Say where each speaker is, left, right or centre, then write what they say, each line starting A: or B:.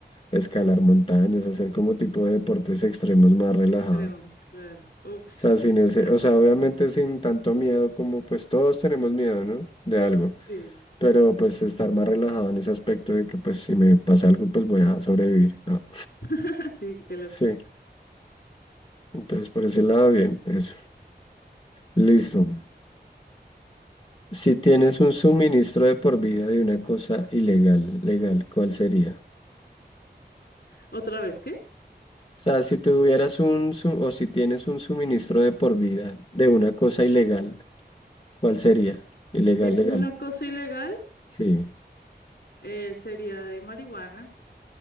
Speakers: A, on the left; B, on the left.
A: escalar montañas, hacer como tipo de deportes extremos más relajado.
B: Extremos, claro. Ups.
A: O sea, sin ese,
B: ah,
A: o sea, obviamente sin tanto miedo como pues todos tenemos miedo, ¿no? De algo,
B: sí.
A: pero pues estar más relajado en ese aspecto de que pues si me pasa algo pues voy a sobrevivir. Ah,
B: <laughs> Sí, qué loco.
A: sí, entonces por ese lado bien, eso. Listo.
B: Ay.
A: Si tienes un suministro de por vida de una cosa ilegal, legal, ¿cuál sería?
B: Otra vez, ¿qué?
A: O sea, si tuvieras un, su- o si tienes un suministro de por vida de una cosa ilegal, ¿cuál sería? Ilegal,
B: De
A: legal.
B: una cosa ilegal
A: Sí,
B: eh, sería de marihuana.